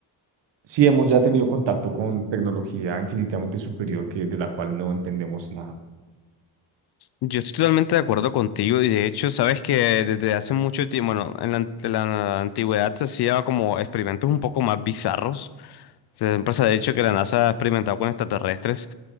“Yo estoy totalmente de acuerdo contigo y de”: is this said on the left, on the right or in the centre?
Left